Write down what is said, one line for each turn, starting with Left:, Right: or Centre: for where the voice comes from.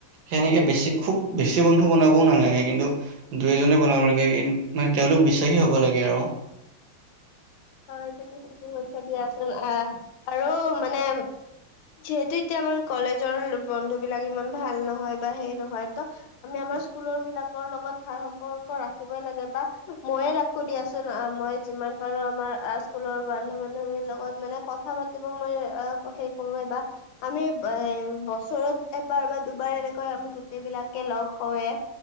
Right: সেনেকে বেছি খুব বেছি বন্ধু বনাবও নালাগ লাগে কিন্তু দুই, এজনেই বনাব লাগে কিন্ত মানে তেওঁলোক বিশ্বাসী হ'ব লাগে আৰু।
Left: হয় তুমি ঠিকে কৈছা দিয়াচোন আহ আৰু মানে যিহেতু এতিয়া আমাৰ কলেজৰ বন্ধু বিলাক ইমান ভাল নহয় বা সেই নহয় ত' আমি আমাৰ স্কুলৰ বিলাকৰ লগত ভাল সম্পৰ্ক ৰাখিব লাগে। বা ময়ে ৰাখো দিয়াচোন আ মই যিমান পাৰো আমাৰ আ, স্কুলৰ বান্ধু -বান্ধৱীৰ লগত মানে কথা পাতিব মই সেই কৰোৱে বা আমি বছৰত এবাৰ বা দুবাৰ এনেকৈ আমি গোটেই বিলাকে লগ হওঁৱে